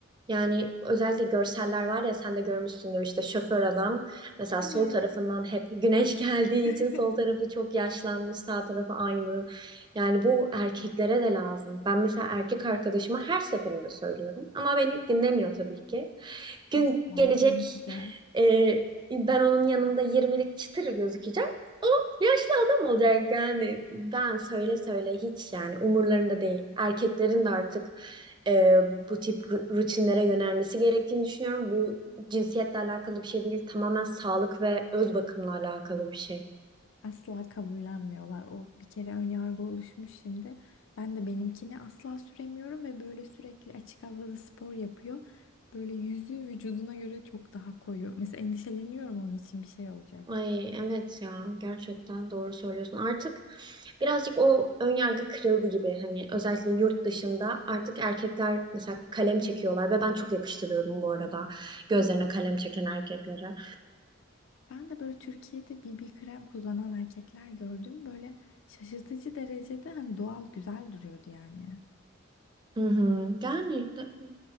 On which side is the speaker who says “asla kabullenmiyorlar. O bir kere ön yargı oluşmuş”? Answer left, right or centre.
Left